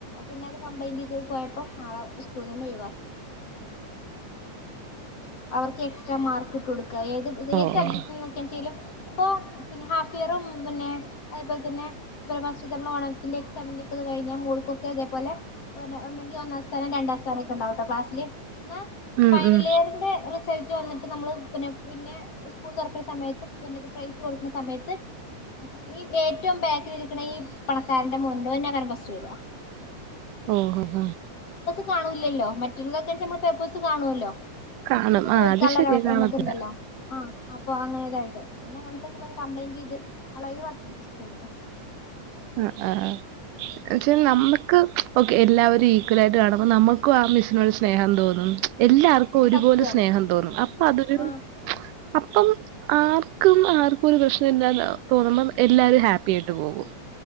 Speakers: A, on the left; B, on the right.
A: പിന്നത് കംപ്ലൈന്റ്യ്ത്പോയപ്പോ ആളെ സ്കൂൾന്നന്നെഒഴിവാക്കി. അവർക്ക് എക്സ്ട്രാമാർക്ക്ട്ട്കൊട്ക്ക ഏത് <unintelligible>
B: ഓഹ് ഓഹ്
A: ഇപ്പൊ പിന്നെഹാഫ്ഇയറും പിന്നെ അതേപോൽതന്നെ ഫസ്റ്റ്ത്തെമ്മളെ ഓണത്തിന്റെ എക്സാമിന്റെ ന്റക്കെ പോലെ കഴിഞ്ഞ മൂൾക്കൊക്കെതേപലെ ഒന്നെങ്കിൽഒന്നാംസ്ഥാനം രണ്ടാംസ്ഥാനക്കെ ഉണ്ടാവ്ട്ടോക്ലാസ്സില് ന്നാ
B: ഉം
A: ഫൈനൽഇയറിന്ന്
B: ഉം
A: സൾട്ട്‌വന്നിട്ട് നമ്മള്പിന്നെ പിന്നെസ്കൂൾ തുറക്ക്ണസമയത്ത് പിന്നെത്പ്രൈസ് കൊടുക്കണസമയത്ത് ഈ ഏറ്റവും ബേക്കിരിക്കണ ഈപണക്കാരന്റെ മോൻണ്ട് ഓനെന്നെങ്ങ ഫസ്റ്റ് വര
B: ഓഹഹ
A: കാണൂല്ലല്ലോ മറ്റുള്ളതെയ്‌ ച്ചാ നമ്മൾപേപ്പേഴ്സ്കാണുല്ലോ
B: കാണും.
A: നമുക്ക്ചോദിക്കള്ള
B: ആഹ് അത് ശരിയാ കാണത്തില്ല.
A: ഒരിത് ണ്ടല്ലോ <unintelligible> ആഹ അപ്പൊ അങ്ങനോതായിട്ട് പിന്നെ അങ്ങനത്തൊക്കെപോര് കംപ്ലൈന്റ്യ്ത് ആളെഒയിവാക്കിസ്കൂളന്ന്
B: അഅആ ന്ന്ച്ചനമ്മുക്ക് ക്കെഎല്ലാരും ഈക്വലായിട്ട്കാണുമ്പോനമുക്കും ആ മിസ്സിനോട് സ്നേഹംതോന്നും എല്ലാർക്കും ഒരുപോലെസ്നേഹംതോന്നും
A: സത്യാണ്
B: അപ്പൊഅതൊരു
A: ആഹ്
B: അപ്പം ആർക്കും ആർക്കുംഒരു പ്രശ്ന ഇല്ലാന്ന്തോന്നുമ്പോഎല്ലാരും ഹാപ്പിആയിട്ട്പോകും